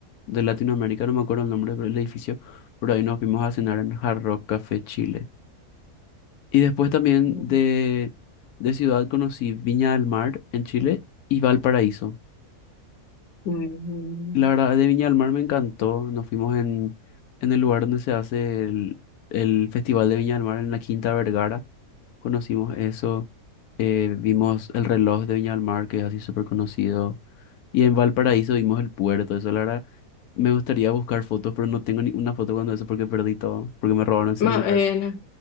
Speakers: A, on the left; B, on the left.
A: de Latinoamérica, no me acuerdo el nombre del edificio, pero ahí nos vimos a cenar en Hard Rock Café Chile. Y después también
B: Mm.
A: de, de ciudad conocí Viña del Mar en Chile y Valparaíso.
B: Ujú.
A: La verdad, de Viña del Mar me encantó. Nos fuimos en, en el lugar donde se hace el, el Festival de Viña del Mar, en la Quinta Vergara. Conocimos eso. eh, vimos el reloj de Viña del Mar, que es así súper conocido. Y en Valparaíso vimos el puerto. Eso, la verdad, me gustaría buscar fotos, pero no tengo ni una foto cuando eso porque perdí todo, porque me robaron el celular.
B: Maena,